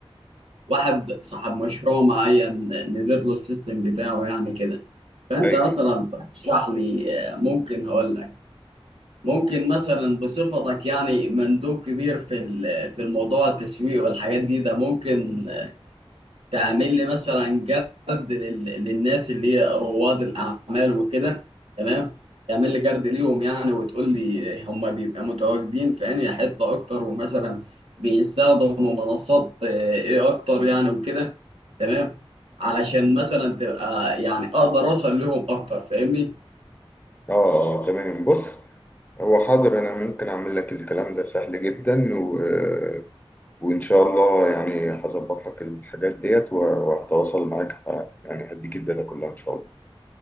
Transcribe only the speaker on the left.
ايوه
اه آه، تمام بص هو حاضر انا ممكن اعمل لك الكلام ده سهل جدا و... آه، وان شاء الله يعني هظبط لك الحاجات ديت و- وهتواصل معاك ه- يعني هديك الداتا كلها ان شاء الله